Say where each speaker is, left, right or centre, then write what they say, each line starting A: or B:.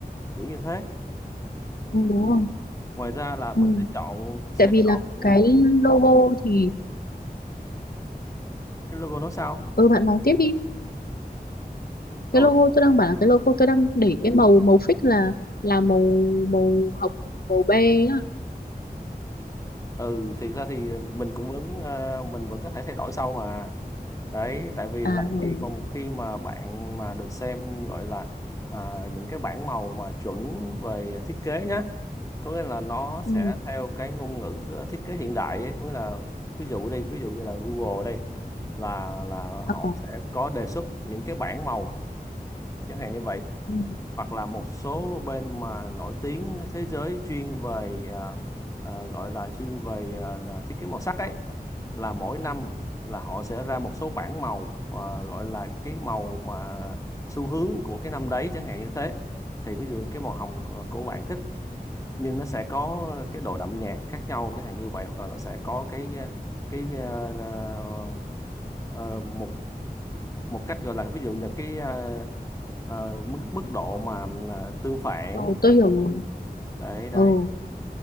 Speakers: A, on the left; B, on the left.
A: kiểu như thế
B: ừ, đúng không
A: ngoài ra là mình
B: ừ.
A: sẽ chọn sẽ
B: tại vì là
A: chọn
B: cái logo thì
A: cái logo nó sao
B: ừ bạn nói tiếp đi
A: rồi
B: cái logo tôi đang bảo là cái logo tôi đang để cái màu màu fix là là màu màu hồng màu be á
A: ừ thì ra thì mình cũng vẫn ờ, mình vẫn có thể thay đổi sau mà đấy tại vì
B: à
A: là
B: ừ
A: khi mà khi mà bạn mà được xem gọi là à, những cái bảng màu mà chuẩn về thiết kế nhá có nghĩa là nó sẽ
B: ừ
A: theo cái ngôn ngữ ờ, thiết kế hiện đại ấy. có nghĩa là ví dụ đi ví dụ như là Google đây là là họ
B: ờ,
A: sẽ có đề xuất những cái bảng màu chẳng hạn như vậy
B: ừ.
A: hoặc là một số bên mà nổi tiếng thế giới chuyên về à, à, gọi là chuyên về à, là thiết kế màu sắc ấy là mỗi năm là họ sẽ ra một số bảng màu à, gọi là cái màu mà xu hướng của cái năm đấy chẳng hạn như thế thì ví dụ cái màu hồng của, của bạn thích nhưng nó sẽ có cái độ đậm nhạt khác nhau chẳng hạn như vậy hoặc là nó sẽ có cái cái, cái à, à, ờ, ờ, một một cách gọi là ví dụ là cái ờ, ờ, mức mức độ mà ờ, tương phản
B: ừ tôi hiểu rồi
A: đấy đấy
B: ừ